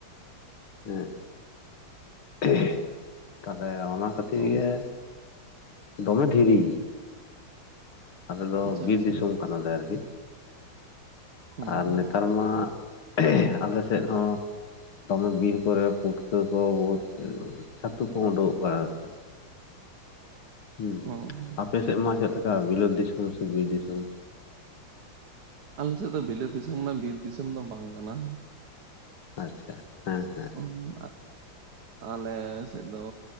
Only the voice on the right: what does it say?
ᱚ
ᱟᱪᱪᱷᱟ
ᱟᱪᱪᱷᱟ
ᱦᱩᱸ
ᱦᱩᱸ
ᱦᱚᱸ ᱦᱚᱸ
ᱟᱞᱮ ᱥᱮᱫ ᱫᱚ ᱵᱤᱞᱟᱹᱛ ᱫᱤᱥᱚᱢ ᱨᱮᱱᱟᱜ ᱵᱤᱨ ᱫᱤᱥᱚᱢ ᱫᱚ ᱵᱟᱝ ᱠᱟᱱᱟ᱾
ᱦᱩᱸ <inaudible> ᱟᱞᱮ ᱥᱮᱫ ᱫᱚ